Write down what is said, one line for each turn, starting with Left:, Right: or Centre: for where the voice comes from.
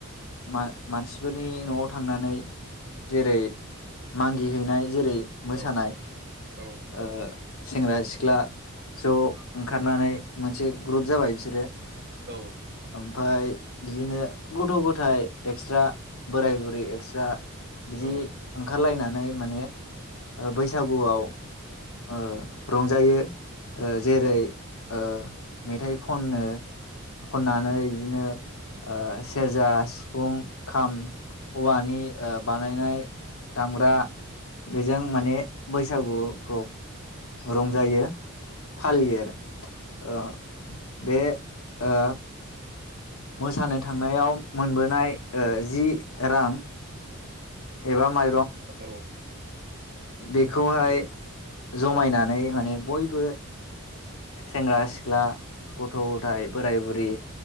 Left: मा-मानसिफोरनि नआव थांनानै जेरै मांगि हैैनाय जेरै मोसानाय‌
Right: औ औ
Left: ओ सेंग्रा सिख्ला ज ओंखारनानै मोनसे ग्रुप जाबाय बिसोर <unintelligible>
Right: औ
Left: ओमफाय बिदिनो गथ गथाय एक्सट्रा बोराय बुरै एक्सट्रा बिदि
Right: औ ओ
Left: ओंखारलायनानै नै माने बैसागुआव ओ रंजायो। ओ जेरै
Right: औ
Left: ओ मेथाइ खनो खननानै बिदिनो ओ सेरजा सिफुं खाम औवानि ओ बानायनाय दामग्रा बेजों माने बैसागु औ रंजायो फालियो आरो ओ बे ओ मोसानो थांनायाव मोनबोनाय जि रां एबा मा
Right: औ
Left: बेखौहाय जमायनानै माने बयबो सेंग्रा सिख्ला गथ' गथाइ बोराय बुरि